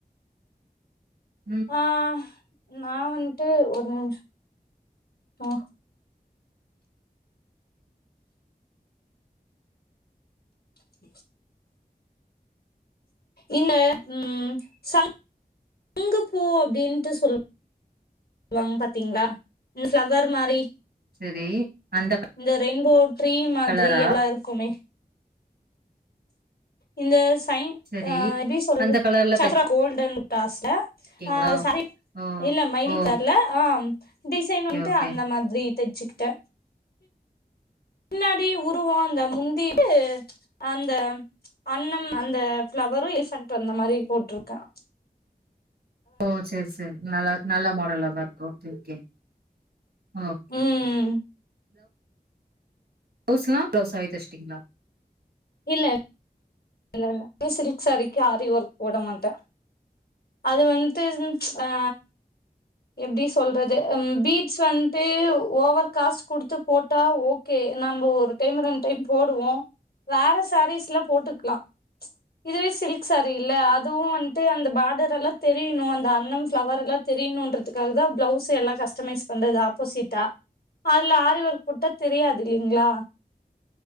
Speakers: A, on the right; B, on the left.
A: ம்
B: ஆ நா வன்ட்டு ஒரு நிம் ஸ் ஆ எடுத்து பேசுங்க இன்ன ம் ச ங்கு பூ அப்டின்ட்டு சொல் வாங் பாத்திங்ளா <inaudible> பிளவர் மாரி
A: செரி அந்த
B: இந்த ரெயின்போ ட்ரீ மாதிரி
A: கலரா
B: எல்லா இருக்குமே இந்த சை
A: செரி
B: ஆ எப்டி சொல்றது
A: அந்த கலர்ல
B: <inaudible> கோல்டன் முட்டாஸ்ல
A: தச்சிருக்கீங்களா
B: ஆ <inaudible>
A: ஓ
B: இல்ல மயில்
A: ஓகே
B: கலர்ல ஆ டிசைன் வன்ட்டு
A: ஓகே
B: அந்த மாதிரி தெச்சுக்கிட்ட முன்னாடி உருவோ அந்த <inaudible> அந்த அன்னம் அந்த ஃப்ளவரு இசன்ட் அந்த மாரி போட்ருக்க
A: ஓ சேர் சேர் நல்லா நல்ல மாடலாதா இருக்கு okay okay okay
B: ம்
A: okay okay வுஸ்ஸலா பிளவுஸாவே தெஸ்டிங்களா
B: இல்ல <unintelligible> சேரிக்கு ஆரி ஒர்க் போட மாட்ட அது வன்ட்டு ஆ எப்டி சொல்றது பீட்ஸ்சு வன்ட்டு ஓவர் காஸ்ட் கொடுத்து போட்டா ஒ ஓகே நம்ம ஒரு டைம் ரெண்டு டைம் போடுவோ வேற சேரீஸ்லா போட்டுக்லா இதுவே சில்க் சாரி இல்ல அதுவு வன்ட்டு அந்த பாடர் எல்லா தெரியணு அந்த அன்னம் ஃப்ளவர் எல்லா தெரியணுன்றதுக்காக தா பிளவுஸ் எல்லா கஸ்டமைஸ் பண்றது ஆப்போசிட்டா அதுல ஆரிஓர்க் போட்ட தெரியாது இல்லிங்களா